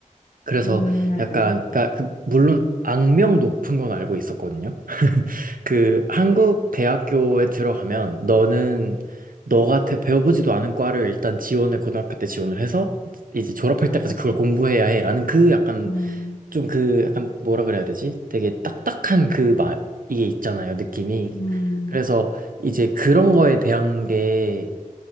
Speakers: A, on the right; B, on the left.
A: 그래서
B: 음, 네네.
A: 약간 그러니까 그 물론 악명 높은 건 알고 있었거든요. <laughs> 그 한국 대학교에 들어가면 너는 너 같아 배워보지도 않은 과를 일단 지원을 고등학교 때 지원을 해서 이제 졸업할
B: 맞아요.
A: 때까지 그걸 공부해야 해라는 그 약간
B: 음,
A: 좀 그 약간 뭐라 그래야 되지? 되게 딱딱한 그 말 이게 있잖아요, 느낌이.
B: 음,
A: 그래서 이제 그런 거에 대한 게